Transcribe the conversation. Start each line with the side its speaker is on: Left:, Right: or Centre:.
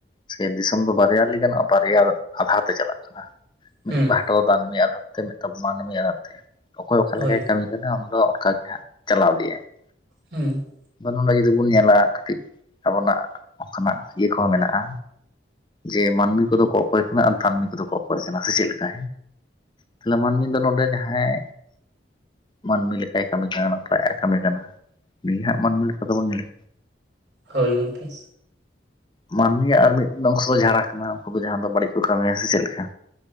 Left: ᱥᱮ ᱫᱤᱥᱚᱢ ᱫᱚ ᱵᱟᱨᱭᱟ ᱞᱟᱹᱭ ᱜᱟᱱᱚᱜᱼᱟ ᱵᱟᱨᱭᱟ ᱟᱫᱷᱟᱨ ᱛᱮ ᱪᱟᱞᱟᱜ ᱠᱟᱱᱟ᱾ ᱢᱤᱫ
Right: ᱦᱩᱸ
Left: ᱯᱟᱦᱴᱟ ᱫᱚ ᱫᱟᱹᱱᱢᱤ ᱟᱫᱷᱟᱨ ᱛᱮ ᱢᱤᱫᱴᱟᱝ ᱢᱟᱹᱱᱢᱤ ᱟᱫᱷᱟᱨ ᱛᱮ ᱚᱠᱚᱭ ᱚᱠᱟ
Right: ᱦᱳᱭ
Left: ᱞᱮᱠᱟᱭ ᱠᱟᱹᱢᱤ ᱠᱟᱱᱟ ᱚᱱᱟ ᱫᱚ ᱚᱱᱠᱟᱜ ᱜᱮ ᱦᱟᱸᱜ ᱪᱟᱞᱟᱣ ᱤᱫᱤᱜ ᱟᱭ ᱾
Right: ᱦᱩᱸ
Left: ᱛᱚ ᱱᱚᱰᱮ ᱡᱩᱫᱤ ᱵᱚᱱ ᱧᱮᱞᱟ ᱠᱟᱹᱴᱤᱡ ᱟᱵᱚᱱᱟᱜ ᱚᱱᱠᱟᱱᱟᱜ ᱤᱭᱟᱹ ᱠᱚᱦᱚᱸ ᱢᱮᱱᱟᱜᱼᱟ, ᱡᱮ ᱢᱟᱹᱱᱢᱤ ᱠᱚᱫᱚ ᱠᱚ ᱚᱠᱚᱭ ᱠᱟᱱᱟ ᱟᱨ ᱫᱟᱹᱱᱢᱤ ᱠᱚᱫᱚ ᱠᱚ ᱚᱠᱚᱭ ᱠᱟᱱᱟ ᱥᱮ ᱪᱮᱫ ᱞᱮᱠᱟ ᱛᱟᱦᱞᱮ ᱢᱟᱹᱱᱢᱤ ᱫᱚ ᱱᱚᱰᱮ ᱡᱟᱦᱟᱸᱭ ᱢᱟᱹᱱᱢᱤ ᱞᱮᱠᱟᱭ ᱠᱟᱹᱢᱤ ᱠᱟᱱᱟ ᱱᱟᱯᱟᱭᱟᱜᱼᱮ ᱠᱟᱹᱢᱤ ᱠᱟᱱᱟ ᱱᱩᱭ ᱦᱟᱸᱜ ᱢᱟᱹᱱᱢᱤ ᱞᱮᱠᱟ ᱫᱚ ᱵᱚᱱ ᱧᱮᱞᱮ
Right: ᱦᱳᱭ ᱜᱚᱝᱠᱮ
Left: ᱢᱟᱹᱱᱢᱤᱭᱟᱜ ᱟᱨ ᱢᱤᱫ ᱚᱝᱥᱚ ᱫᱚ ᱡᱟᱦᱟᱸ <unintelligible> ᱟᱠᱟᱱᱟ ᱩᱱᱠᱩ ᱫᱚ ᱡᱟᱦᱟᱸ ᱫᱚ ᱵᱟᱹᱲᱤᱡ ᱠᱚ ᱠᱟᱹᱢᱤᱭᱟ, ᱥᱮ ᱪᱮᱫ ᱞᱮᱠᱟ